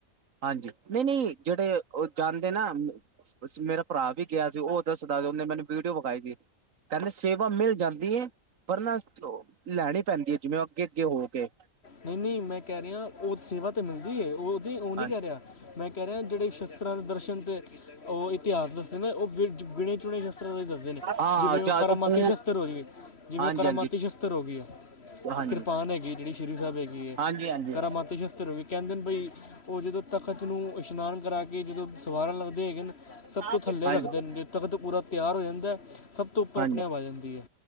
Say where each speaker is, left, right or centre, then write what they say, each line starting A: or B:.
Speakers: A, on the right; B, on the left.
A: ਹਾਂਜੀ। ਨਹੀਂ-ਨਹੀਂ ਜਿਹੜੇ ਉਹ ਜਾਂਦੇ ਨਾ, ਮੇਰਾ ਭਰਾ ਵੀ ਗਿਆ ਸੀ, ਉਹ ਦੱਸਦਾ ਸੀ ਉਹਨੇ ਮੈਨੂੰ ਵੀਡੀਓ ਵਿਖਾਈ ਸੀ। ਕਹਿੰਦੇ ਸੇਵਾ ਮਿਲ ਜਾਂਦੀ ਏ, ਪਰ ਨਾ ਲੈਣੀ ਪੈਂਦੀ ਹੈ, ਜਿਵੇਂ ਅੱਗੇ-ਅੱਗੇ ਹੋਕੇ।
B: ਨਹੀਂ-ਨਹੀਂ, ਮੈਂ ਕਹਿ ਰਿਹਾ, ਉਹ ਸੇਵਾ ਤੇ ਮਿਲਦੀ ਏ, ਉਹ ਨਹੀਂ, ਉਹ ਨੀ
A: ਹਾਂ
B: ਕਹਿ ਰਿਹਾ। ਮੈਂ ਕਹਿ ਰਿਹਾ, ਜਿਹੜੇ ਸ਼ਸਤਰਾਂ ਦੇ ਦਰਸ਼ਨ ਤੇ ਉਹ ਇਤਿਹਾਸ ਦੱਸਦੇ ਨੇ ਉਹ ਗੀਣੇ ਚੁਣੇ ਸ਼ਸਤਰਾਂ ਦੇ ਦੱਸਦੇ ਨੇ,
A: ਹਾਂ
B: ਜਿਵੇਂ ਉਹ
A: ਜਾ
B: ਕਰਾਮਾਤੀ
A: ਪੂ
B: ਸ਼ਸਤਰ ਹੋ ਗਈ ਹੈ, ਜਿਵੇਂ
A: ਹਾਂਜੀ
B: ਉਹ ਕਰਾਮਾਤੀ
A: ਹਾਂਜੀ
B: ਸ਼ਸਤਰ ਹੋਗੀ ਹੈ।
A: ਹਾਂਜੀ,
B: ਕਿਰਪਾਨ ਹੈਗੀ, ਜਿਹੜੀ ਸ਼੍ਰੀ ਸਾਹਿਬ ਹੈਗੀ ਏ,
A: ਹਾਂਜੀ, ਹਾਂਜੀ।
B: ਕਰਾਮਾਤੀ ਸ਼ਸਤਰ ਹੋਈ ਕਹਿੰਦੇਨ ਬਈ, ਉਹ ਜਦੋਂ ਤਖ਼ਤ ਨੂੰ ਇਸ਼ਨਾਨ ਕਰਾਕੇ ਜਦੋਂ ਸਵਾਰਣ ਲੱਗਦੇ ਹੈਗੇ ਨਾ ਸਭ
A: ਹਾਂਜੀ,
B: ਤੋਂ ਥੱਲੇ ਰੱਖਦੇਨ, ਜੇ ਤਖਤ ਪੂਰਾ ਤਿਆਰ ਹੋ ਜਾਂਦੈ, ਸਭ ਤੋਂ ਉੱਪਰ
A: ਹਾਂਜੀ,
B: ਆਪਣੀ ਅਵਾਜ਼ ਆ ਜਾਂਦੀ ਹੈ।